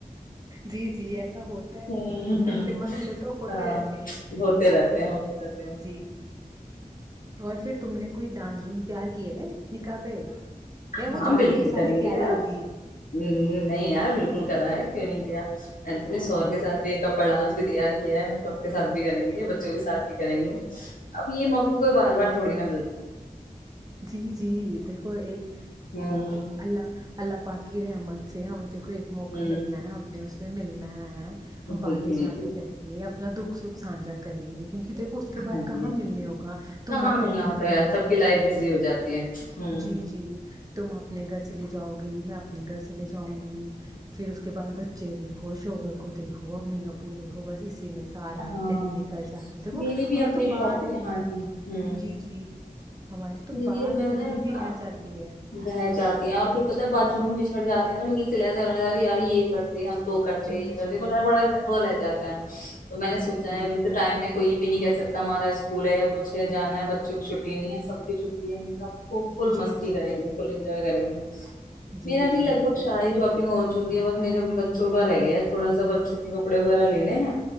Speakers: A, on the right; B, on the left.
A: جی جی ایسا ہوتا
B: ہوں
A: ہے
B: ہوں
A: ایسے مسئلے تو ہوتے
B: ہاں
A: رہتے ہیں
B: ہوتے رہتے
A: ایسے
B: ہیں ہوتے رہتے ہیں
A: جی جی اور پھر تم نے کوئی ڈانس ڈونس تیار کی ہے نکاح پہ یا
B: ہاں
A: وہ جا
B: بالکل
A: کے ہی ساری
B: کریں
A: تیاری
B: گے یار
A: ہوگی
B: نہیں یار بالکل کرا ہے کی نہیں گیا <inaudible> س
A: کیا
B: کے
A: بات
B: سھ
A: ہے
B: بھی کپڑ ڈانس بھی <unintelligible> تیار کیا ہے ان ک کے ساتھ بھی کریں گے بچوں کے ساتھ بھی کریں گے اب یہ موقع کوئی بار بار تھوڑی نہ ملتی
A: جی جی دیکھو ایک
B: ہوں
A: اللہ اللہ پاکی رحمت سے ہمیں تو کو ایک موقع
B: ہوں
A: ملنا ہے ہم نے اس میں ملنا ہاں ہاں ہاں
B: جی
A: ہم باتیں
B: جی
A: شاتیں
B: جی
A: کریں گے اپنا دکھ سکھ سانھا کریں گے <unintelligible> کیونکہ دیکھو اس کے
B: ہاں
A: بعد
B: جی
A: کہاں
B: ہاں
A: ملنے ہوگا تم
B: کہاں
A: اپنے
B: ملنا
A: گھر
B: ہوتا ہے
A: میں اپنے
B: سب کی لائف
A: گھر
B: ہو جاتی ہے ہ
A: جی
B: <inaudible>
A: جی تم اپنے گھر چلی جاؤ گی میں اپنے گھر چلے جا جاؤں گی پھر اس کے بعد بچ بچے دھو شوور کو دیکھو امی آبو دھو بس اس سارا
B: ہاں
A: دٹن نکل جاتا ہے دیکھو
B: میری بھی
A: ہمیں
B: اپنی
A: تو بات
B: شاپنگ ہاں جی ہوں
A: جی جی <unintelligible> ہماری تو
B: میری
A: بات
B: ا
A: کرنی بھی رہ جاتی ہے
B: رہ جاتی ہ اور پھر کہتا ہے بج ہم بچھڑ جاتے <unintelligible> نا مطلب چلا رہ اریار یہ کر <unintelligible> ہم تو وہ کرتے
A: جی
B: یہ کرتے
A: جی
B: م بڑا وہ رہ جاتا ہے تو میں نے
A: جی
B: سوچا
A: جی
B: ہے ابھی تو ٹائم میں کوئی بھی نہیں کہہ سکتا ہمارا اسکول ہے یاچھ ہے جانا ہے بچوں کی چھٹی چٹی نہیں ہے سب کی چھٹی ہے م کب وہ فل
A: جی
B: مستی
A: جی
B: کریں گے فل انج کریں گے
A: جی
B: میرا بھی
A: جی
B: لگ
A: آپی
B: بھگ سا ہی شاپنگ ہو چکہ بس میرے بچوں کا رہ گیا ہے تھوڑا سا بچوں کے کپڑے وغیرہ لینے ہیں